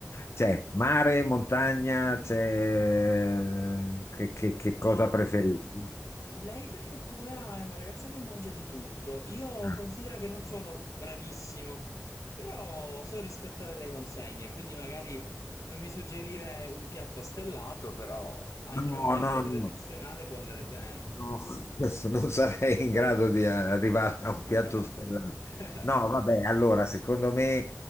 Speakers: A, on the left (about 60°); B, on the left (about 85°).
A: c'è mare, montagna, c'è... Che, che- che
B: No,
A: cosa preferisci?
B: eh, lei per fortuna è una ragazza che mangia di tutto. Io
A: Ah,
B: considero che non sono bravissimo, però so rispettare le consegne, quindi magari non mi suggerire un piatto stellato, però anche
A: No,
B: un piatto
A: no,
B: tradizionale
A: no.
B: può andare bene.
A: No, <laughs> non sarei in grado di eh, arrivare a
B: <laughs>
A: un piatto stellato. No, vabbè, allora, secondo me,